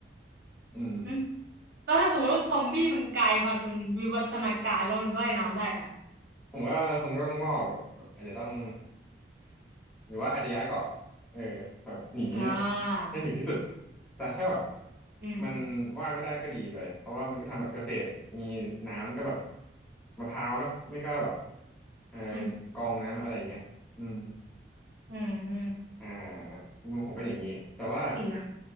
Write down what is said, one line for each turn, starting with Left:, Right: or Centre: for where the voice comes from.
Centre: อืม
Right: หึแล้วถ้าสมมติว่าซอมบี้มันกลายพันธุ์มันวิวัฒนาการแล้วมันว่ายน้ำได้อะ
Centre: ผมว่าคงต้องมอกอะแบบอาจจะต้องหรือว่าอาจจะย้ายเกาะเออแบบหนี
Right: อ่า
Centre: ให้ถึงที่สุดแต่ถ้าแบบ
Right: อืม
Centre: มันว่ายไม่ได้ก็ดีไปเพราะว่ามันก็ทำแบบเกษตรมีน้ำก็แบบมะพร้าวเนาะไม่ก็แบบเออ
Right: อืม
Centre: กองน้ำอะไรอย่างเงี้ยอืม
Right: อืมอืม
Centre: อ่ามุมผมก็อย่างนี้แต่ว่า
Right: ก็ดีนะ